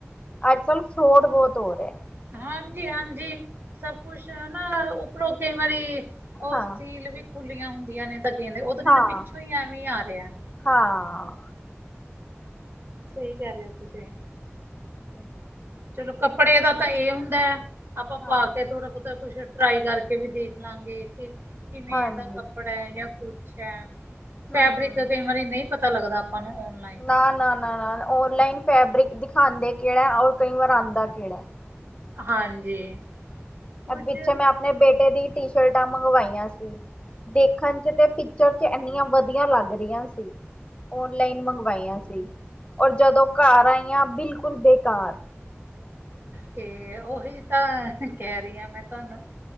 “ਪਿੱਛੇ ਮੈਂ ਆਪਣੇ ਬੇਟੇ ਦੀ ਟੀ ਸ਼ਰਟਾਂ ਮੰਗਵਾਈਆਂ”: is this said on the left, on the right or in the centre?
Left